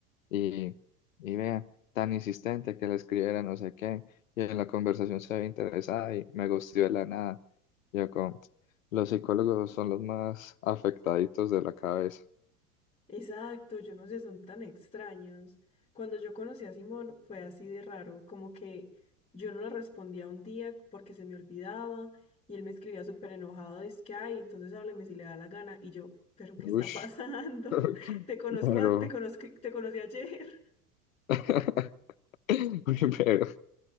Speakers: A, on the left; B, on the left.
A: y, y vea, tan insistente que le escribiera no sé qué, y en la conversación se había interesada y me gustó de la nada. Yo con, los psicólogos son los más afectaditos de la cabeza.
B: Exacto, yo no sé, son tan extraños. Cuando yo conocí a Simón fue así de raro, como que yo no le respondía un día porque se me olvidaba y él me escribía súper enojado, es que, ay, entonces hábleme si le da la gana. Y yo, pero ¿qué está
A: Ush,
B: pasando?
A: <laughs>
B: <laughs> Te conozco,
A: pero,
B: a- te conozco, te conocí ayer. <laughs>
A: <laughs> pero,